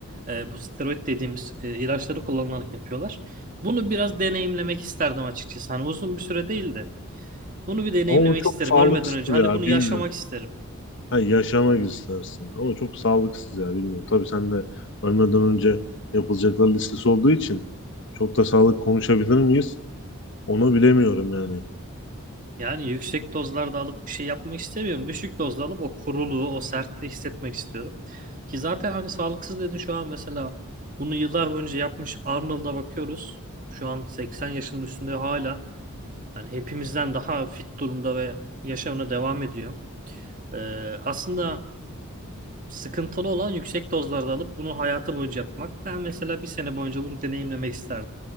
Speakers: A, on the right (about 40°); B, on the left (about 55°).
A: e, bu steroid dediğimiz e, ilaçları kullanılarak yapıyorlar. Bunu biraz deneyimlemek isterdim açıkçası. Hani uzun bir süre değil de bunu bir deneyimlemek
B: Ama bu çok
A: isterim
B: sağlıksız
A: ölmeden önce. Hani
B: ya
A: bunu yaşamak
B: bilmiyorum.
A: isterim.
B: Ha, yaşamak istersin ama çok sağlıksız ya bilmiyorum. Tabii sen de ölmeden önce yapılacaklar listesi olduğu için çok da sağlık konuşabilir miyiz? Onu bilemiyorum yani.
A: Yani yüksek dozlarda alıp bir şey yapmak istemiyorum. Düşük dozda alıp o kuruluğu, o sertliği hissetmek istiyorum. Ki zaten hani sağlıksız dedin şu an mesela bunu yıllar boyunca yapmış Arnold'a bakıyoruz. Şu an 80 yaşının üstünde hala hani hepimizden daha fit durumda ve yaşamına devam ediyor. Ee, aslında sıkıntılı olan yüksek dozlarda alıp bunu hayatı boyunca yapmak. Ben mesela bir sene boyunca bunu deneyimlemek isterdim.